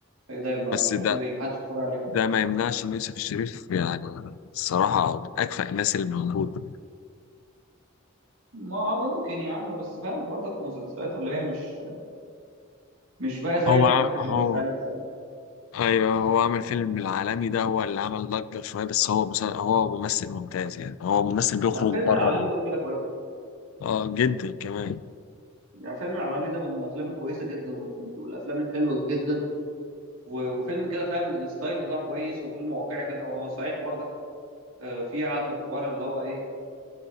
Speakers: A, on the right (about 85°); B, on the left (about 75°).
A: ايه ده ما
B: بس
A: مش
B: ده
A: موجوده ليه؟ ما حدش بيتفرج عليها
B: ده ما يمنعش ان يوسف الشريف يعني الصراحه من اكفأ الناس اللي موجوده
A: ما ممكن يا عم بس فاهم برضك مسلسلات اللي هي مش مش بقى زي
B: هو
A: الحاجات
B: ع-
A: اللي كانت
B: هو
A: بتتعمل زمان
B: ايوه هو عمل فيلم العالمي ده هو اللي عمل ضجه شويه بس هو مسل... هو ممثل ممتاز يعني هو ممثل بيخرج
A: لا فيلم
B: بره
A: العالمي
B: ال-
A: كده كده كويس
B: اه جدا كمان
A: يعني فيلم العالمي ده من الافلام الكويسه جدا وال- وال- والافلام الحلوه جدا و- وفيلم كده فاهم الستايل بتاعه كويس وفيلم واقعي كده هو صحيح برضك آه، في عنده حوار اللي هو ايه